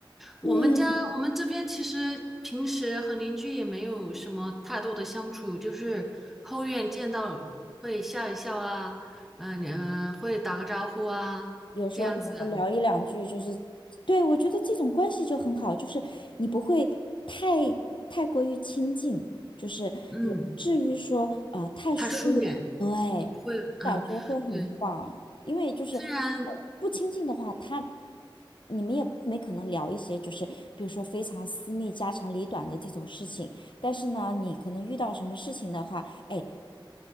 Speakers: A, on the left (about 65°); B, in the centre.
A: 对，
B: 我们家我们这边其实平时和邻居也没有什么太多的相处，就是后院见到会笑一笑啊，嗯、嗯、会打个招呼啊，
A: 有时候可能就聊一两句，
B: 这样子。
A: 就是，对，我觉得这种关系就很好，就是你不会太太过于亲近，就是也不至于说呃太疏远，
B: 嗯，他疏远也不会，
A: 对，
B: 嗯，
A: 感觉会很棒，
B: 对，
A: 因为就是呃不亲近的话，
B: 虽然
A: 他你们也没可能聊一些就是比如说非常私密、家长里短的这种事情，但是呢，你可能遇到什么事情的话，哎。